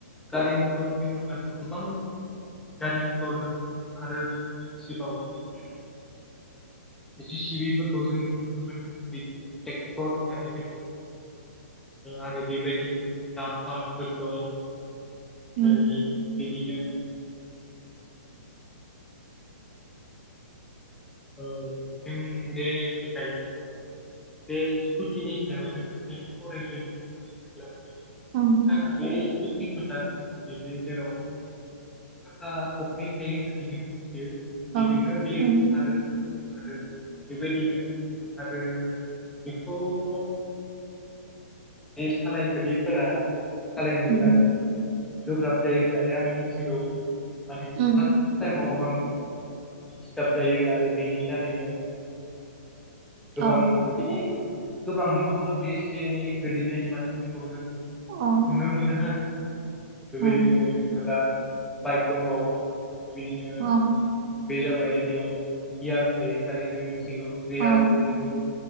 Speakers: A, in the centre; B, on the right.
A: गारि मथर होनोब्लाथ' गोबां गारि मथर दङ आरो जोंनि सिबाव जि सिबिफोरखौ जों नुनो मोनो बिदिनो ट्रेक्टर होननानै <unintelligible> आरो बेबायदिनो डामपारफोर दं
B: उम
A: आरो बिदिनो ओ जों दे <unintelligible> बे स्कुटिनि सायाव जों एसे सावरायग्रोनि नङा होनब्ला
B: औ।
A: <unintelligible> साखा खबनै थायो होननानै जों मिथियो बेजोंनो
B: अ
A: बेयो
B: उम
A: आरो आरो बेबायदिनो आरो बेखौथ बे सालायफेरिफोरा सालायनो
B: अ उम
A: बिराद गोब्राब जायो होननानै आं मिथिगौ माने
B: उम
A: फार्ट टाइमाव गोबां दिस्टार्ब जायो आरो बेनि दारैनो
B: अ
A: गोबां <unintelligible> गोबां नङाब्लाबो एसे एनै गोलैनाय मानायफोरखौ जों नुनो
B: अ
A: मोनदों आरोना। बेबायदिनो
B: उम
A: जोंहा दा बाइक दंबावो बेबायदिनो
B: अ
A: बे जाबाय बेयाव गियार थायो होननानै जों मिथिगौ गियारजों
B: अ
A: लोगोसे